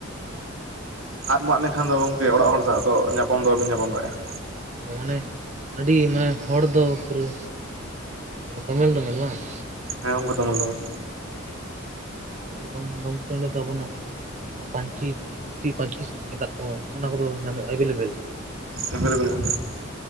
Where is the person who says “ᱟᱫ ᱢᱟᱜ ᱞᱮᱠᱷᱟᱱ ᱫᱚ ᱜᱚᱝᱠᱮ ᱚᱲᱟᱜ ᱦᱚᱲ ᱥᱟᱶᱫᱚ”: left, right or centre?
Right